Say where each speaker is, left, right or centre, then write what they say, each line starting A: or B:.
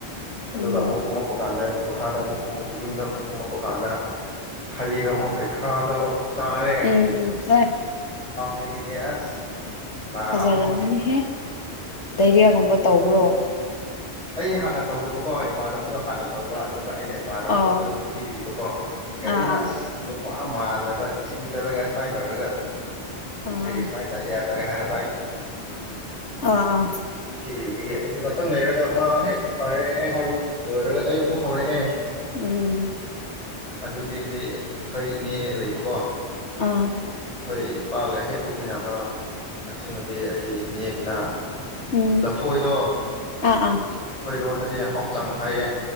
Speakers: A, on the left (about 35°); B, on the left (about 85°).
A: ꯑꯗꯨꯒ
B: ꯎꯝ
A: ꯑꯃꯨꯛ ꯀꯨꯝꯃꯛꯞꯄ ꯀꯥꯟꯗ ꯃꯈꯥꯗ ꯑꯃꯨꯛ ꯀꯨꯝꯃꯛꯄ ꯌꯨꯝꯗ ꯑꯃꯨꯛ ꯀꯨꯝꯃꯛꯄ ꯀꯥꯟꯗ ꯍꯩꯗꯣ ꯑꯃꯨꯛ ꯍꯩꯈꯥꯗꯣ ꯑꯃꯨꯛ ꯆꯔꯦ
B: ꯎꯝ ꯎꯝ ꯍꯣꯏ
A: ꯂꯩꯗꯦ ꯑꯁ ꯅꯥꯕꯁꯤ
B: ꯐꯖꯥꯔꯝꯑꯃꯅꯤ ꯍꯦ ꯗꯥꯏꯔꯤꯌꯥꯒꯨꯝꯕ ꯇꯧꯕ꯭ꯔꯣ
A: ꯑꯩ ꯍꯥꯟꯅ ꯇꯧꯗꯕꯀꯣ ꯏꯃꯥꯟꯅꯕꯗꯣ ꯍꯥꯟꯅ ꯇꯧꯕ ꯑꯗꯨ ꯑꯗꯨꯒ ꯑꯩꯅ ꯏꯃꯥꯟꯅꯕ
B: ꯑꯣ
A: ꯃꯉꯣꯟꯗ ꯅꯨꯡꯊꯤꯕꯤꯕꯀꯣ ꯀꯅꯣ
B: ꯑꯥ ꯑꯥ
A: ꯑꯁ ꯅꯨꯄꯥ ꯃꯥꯟꯗꯕ ꯆꯤꯡ ꯆꯠꯂꯒ ꯁꯨꯃꯥꯏꯅ ꯇꯧꯔꯒ
B: ꯑꯥ
A: ꯔꯤ ꯏꯁꯃꯥꯏꯔ ꯍꯦꯅ
B: ꯑꯥ ꯑꯥ ꯑꯥ
A: ꯀꯥꯏꯅꯦ <unintelligible> ꯑꯦ ꯑꯩꯁꯨ ꯉꯥꯛꯇꯪ ꯂꯩꯔꯒ ꯃꯥ ꯍꯦꯛ ꯐꯔꯦ ꯑꯦ ꯍꯕꯤ ꯂꯣꯏꯔꯒ ꯑꯩ ꯑꯃꯨꯛ ꯍꯧꯔꯛꯑꯦ
B: ꯎꯝ
A: ꯑꯗꯨꯗꯤꯗꯤ ꯍꯣꯏꯅꯦ ꯂꯩꯕꯀꯣ
B: ꯑꯥ
A: ꯑꯩꯈꯣꯏ ꯏꯄꯥꯒ ꯍꯦꯛ ꯄꫭꯛꯃꯤꯟꯅꯕ ꯃꯆꯟꯅ ꯅꯨꯄꯤ ꯑꯩ ꯏꯅꯗꯨꯅ
B: ꯎꯝ
A: ꯂꯐꯣꯏꯗꯣ ꯑꯩꯈꯣꯏ
B: ꯑꯥ ꯑꯥ
A: ꯂꯣꯟꯗ ꯗꯤ ꯍꯥꯎꯆꯥꯡ ꯍꯥꯏꯌꯦ